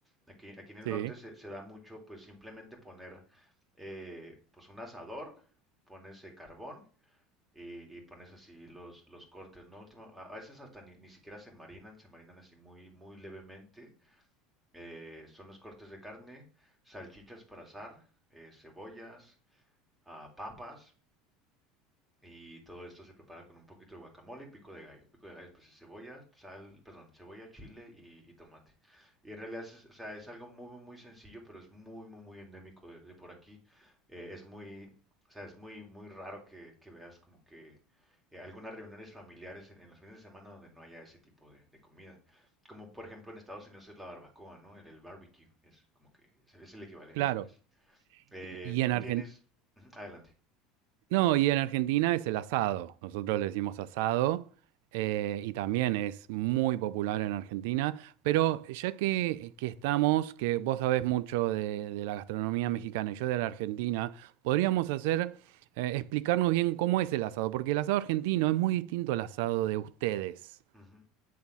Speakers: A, in the centre; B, on the right.
A: Aquí, aquí en el
B: Sí,
A: norte se, se da mucho, pues simplemente poner, eh, pues un asador, pones eh, carbón y, y pones así los, los cortes, ¿no? Último, a, a veces hasta ni, ni siquiera se marinan, se marinan así muy, muy levemente eh, son los cortes de carne, salchichas para asar, eh, cebollas, ah, papas, y todo esto se prepara con un poquito de guacamole y pico de gallo. Pico de gallo pues es cebolla, sal, perdón, cebolla, chile y, y tomate. Y en realidad es, o sea, es algo muy, muy, muy sencillo, pero es muy, muy, muy endémico de, de por aquí. Eh, es muy, o sea, es muy, muy raro que, que veas como que eh, algunas reuniones familiares en, en los fines de semana donde no haya ese tipo de, de comida. Como por ejemplo en Estados Unidos es la barbacoa, ¿no? El, el barbecue es como que es, el es el equivalente,
B: claro.
A: pues. Eh,
B: Y
A: tú
B: y en
A: tienes...
B: Argentina.
A: Ujú, adelante.
B: No, y en Argentina es el asado. Nosotros le decimos asado eh, y también es muy popular en Argentina. Pero ya que, que estamos, que vos sabés mucho de, de la gastronomía mexicana y yo de la Argentina, podríamos hacer, eh, explicarnos bien cómo es el asado, porque el asado argentino es muy distinto al asado de ustedes.
A: Ujú.